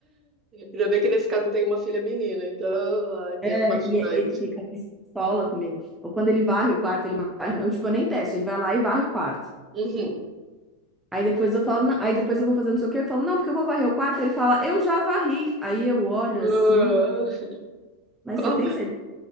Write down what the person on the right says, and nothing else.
Ainda bem que nesse caso tem uma filha menina, então ah, tem
uma ajudante.
Uhum.
Ah,
qu-